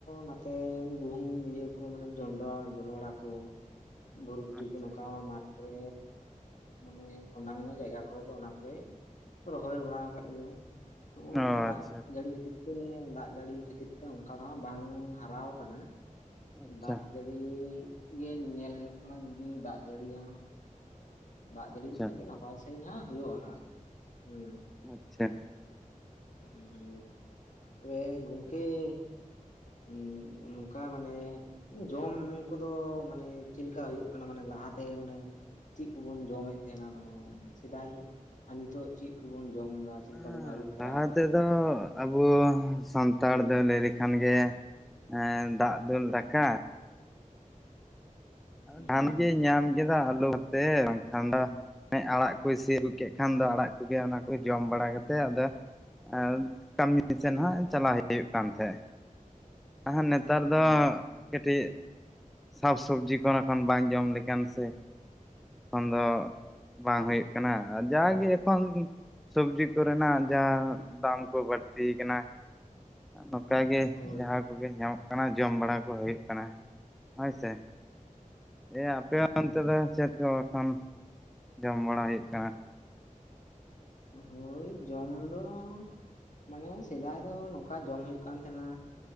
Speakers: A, on the left; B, in the centre.
A: ᱱᱟᱛᱮ ᱜᱩᱦᱩᱢ ᱤᱭᱟᱹ ᱠᱚ ᱢᱟᱱᱮ ᱡᱚᱱᱰᱨᱟ ᱡᱚᱸᱰᱲᱟ ᱠᱚ ᱵᱚᱨᱵᱚᱴᱤ
B: ᱟᱪᱪᱷᱟ
A: ᱠᱚ ᱱᱚ ᱢᱟᱴᱷ ᱠᱚᱨᱮ ᱢᱟᱱᱮ ᱴᱚᱸᱰᱟᱝ ᱧᱚᱜ ᱡᱟᱭᱜᱟ ᱠᱚᱨᱮ ᱫᱚ ᱚᱱᱟ ᱠᱚᱨᱮ ᱨᱚᱦᱚᱭ ᱵᱟᱲᱟ ᱟᱠᱟᱫ ᱜᱮᱭᱟ ᱱᱚᱜ ᱚᱭ
B: ᱚ
A: ᱫᱟᱜ
B: ᱟᱪᱪᱷᱟ
A: ᱡᱟᱹᱲᱤ ᱠᱷᱟᱹᱛᱤᱨ <unintelligible> ᱫᱟᱜ ᱡᱟᱹᱲᱤ ᱠᱷᱟᱹᱛᱤᱨ ᱛᱮ ᱚᱱᱠᱟ ᱫᱚ ᱵᱟᱝ ᱦᱟᱨᱟᱣ ᱠᱟᱱᱟ।
B: ᱟᱪᱪᱷᱟ
A: ᱫᱟᱜ ᱡᱟᱹᱲᱤ ᱜᱮ ᱧᱮᱞ ᱦᱩᱭᱩᱜ ᱠᱟᱱᱟ ᱡᱩᱫᱤ ᱫᱟᱜ ᱡᱟᱹᱲᱤᱭᱟ ᱫᱟᱜ ᱡᱟᱹᱲᱤ
B: ᱟᱪᱪᱷᱟ
A: ᱞᱮᱠᱷᱟᱡ ᱜᱮ ᱱᱟᱯᱟᱭ ᱥᱟᱺᱦᱤᱡ ᱦᱟᱸᱜ ᱦᱩᱭᱩᱜᱼᱟ ᱦᱟᱸᱜ ᱦᱩ
B: ᱟᱪᱪᱷᱟ
A: <unintelligible> ᱛᱚᱵᱮ ᱜᱚᱢᱠᱮ <unintelligible> ᱱᱚᱝᱠᱟ ᱢᱟᱱᱮ ᱡᱚᱢ ᱠᱚᱫᱚ ᱢᱟᱱᱮ ᱪᱮᱫ ᱞᱮᱠᱟ ᱦᱩᱭᱩᱜ ᱠᱟᱱᱟ ᱢᱟᱱᱮ ᱞᱟᱦᱟᱛᱮ ᱢᱟᱱᱮ ᱪᱮᱫ ᱠᱚᱵᱚᱱ ᱡᱚᱢᱮᱫ ᱛᱟᱦᱮᱱᱟ ᱢᱟᱱᱮ ᱥᱮᱫᱟᱭ ᱟᱨ ᱱᱤᱛᱚᱜ ᱪᱮᱫ ᱠᱚᱵᱚᱱ ᱡᱚᱢ ᱮᱫᱟ ᱪᱮᱫ
B: ᱦᱮ
A: ᱞᱮᱠᱟ ᱵᱚᱱ ᱟᱹᱨᱩ ᱯᱷᱮᱨᱟᱣ
B: ᱞᱟᱦᱟ
A: ᱟᱠᱟᱱᱟ
B: ᱛᱮᱫᱚ
A: ᱢᱟᱱᱮ
B: ᱟᱵᱚ ᱥᱟᱱᱛᱟᱲ ᱫᱚ ᱞᱟᱹᱭ <unintelligible> ᱮ ᱠᱷᱟᱱ ᱜᱮ ᱮ ᱫᱟᱜ ᱫᱩᱞ ᱫᱟᱠᱟ
A: ᱦᱩᱸ
B: ᱫᱷᱟᱱ ᱜᱮ ᱧᱟᱢ ᱠᱮᱫᱟ ᱟᱹᱞᱩ ᱵᱷᱟᱛᱮ ᱵᱟᱝᱠᱷᱟᱱ ᱫᱚ ᱟᱲᱟᱜ ᱠᱚ ᱥᱤ ᱟᱹᱜᱩ ᱠᱮᱫ ᱠᱷᱟᱱ ᱫᱚ ᱟᱲᱟᱜ ᱠᱚᱜᱮ ᱚᱱᱟ ᱠᱚ ᱡᱚᱢ ᱵᱟᱲᱟ ᱠᱟᱛᱮᱫ ᱟᱫᱚ ᱟᱨ ᱠᱟᱹᱢᱤ
A: ᱦᱳᱭ
B: ᱥᱮᱫ ᱦᱟᱸᱜ
A: ᱦᱳᱭ
B: ᱪᱟᱞᱟᱜ ᱦᱩᱭᱩᱜ ᱠᱟᱱ ᱛᱟᱦᱮᱸᱫ ᱦᱟ ᱱᱮᱛᱟᱨ
A: ᱦᱩᱸ
B: ᱫᱚ
A: ᱦᱩᱸ
B: ᱠᱟᱹᱴᱤᱡ ᱥᱟᱠᱼᱥᱚᱵᱽᱡᱤ ᱠᱚ <unintelligible> ᱵᱟᱧ ᱡᱚᱢ ᱞᱮᱠᱷᱟᱱ ᱥᱮ ᱮᱠᱷᱚᱱ ᱫᱚ ᱵᱟᱝ ᱦᱩᱭᱩᱜ ᱠᱟᱱᱟ ᱡᱟᱜᱮ
A: ᱦᱳᱭ
B: ᱮᱠᱷᱚᱱ ᱥᱚᱵᱡᱤ ᱠᱚᱨᱮᱱᱟᱜ ᱡᱟᱦᱟᱸ ᱫᱟᱢ ᱠᱚ ᱵᱟᱹᱲᱛᱤ ᱠᱟᱱᱟ ᱱᱚᱝᱠᱟ ᱜᱮ
A: ᱦᱳᱭ
B: ᱡᱟᱦᱟᱸ
A: ᱦᱳᱭ
B: ᱠᱚᱜᱮ ᱧᱟᱢᱚᱜ ᱠᱟᱱᱟ ᱡᱚᱢ ᱵᱟᱲᱟ ᱠᱚ ᱦᱩᱭᱩᱜ ᱠᱟᱱᱟ ᱦᱳᱭ ᱥᱮ <unintelligible> ᱟᱯᱮ
A: ᱦᱮᱸ
B: ᱚᱱᱛᱮ ᱫᱚ ᱪᱮᱫ ᱠᱚ ᱮᱠᱷᱚᱱ ᱡᱚᱢ ᱵᱟᱲᱟ ᱦᱩᱭᱩᱜ ᱠᱟᱱᱟ?
A: ᱦᱳᱭ ᱡᱚᱢ ᱫᱚ ᱢᱟᱱᱮ ᱥᱮᱫᱟᱭ ᱫᱚ ᱱᱚᱝᱠᱟ ᱡᱚᱢ ᱦᱩᱭᱩᱜ ᱠᱟᱱ ᱛᱟᱦᱮᱸᱱᱟ